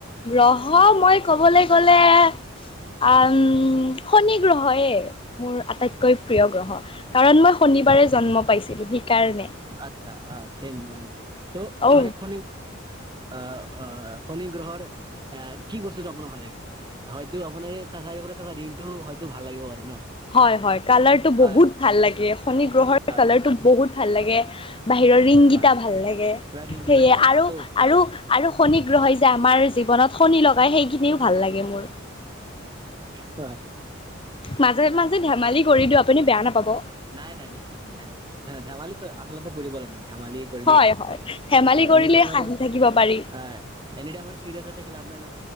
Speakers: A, on the left; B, on the right.
A: গ্ৰহ মই কবলৈ গ'লে আম শনি গ্ৰহয়ে মোৰ আটাইতকৈ
B: আচ্ছা
A: প্ৰিয় গ্ৰহ। কাৰণ মই শনিবাৰে জন্ম পাইছিলো সেইকাৰণে।
B: আটচ্ছা আ চেম মইও তো
A: ঔ
B: মানে হনি আহ অ শনি গ্ৰহৰ আহ কি বস্তুটো আপোনাৰ ভাল লাগে? হয়তো আপোনাৰ তাত থকা ঋংটো হয়তো ভাল লাগিব পাৰে ন?
A: হয় হয় কালাৰটো
B: হয়
A: বহুত ভাল লাগে, শনি গ্ৰহৰ
B: হয়
A: কালাৰটো বহুত ভাল লাগে। বাহিৰৰ ৰিং
B: হয়
A: কিটা ভাল লাগে।
B: পুৰা ৰিং
A: সেয়ে
B: কেইটা
A: আৰু
B: ত
A: আৰু আৰু শনি গ্ৰহেই যে আমাৰ জীৱনত শনি লগায় সেইখিনিও ভাল লাগে মোৰ।
B: হয়।
A: মাজে মাজে ধেমালি কৰি দিও আপুনি বেয়া নাপাব।
B: নাই নাই নাই নাই নাই নাই ন ধেমালি চ আচলতে কৰিব লাগে। ধেমালি কৰিলে
A: হয়
B: ভাল।
A: হয় ধেমালি কৰিলে
B: এনিটাইম আৰু
A: হাঁহি থাকিব পাৰি
B: আ এনি টাইম আৰু চিৰিয়াছ হৈ থাকি লাভ নাই ন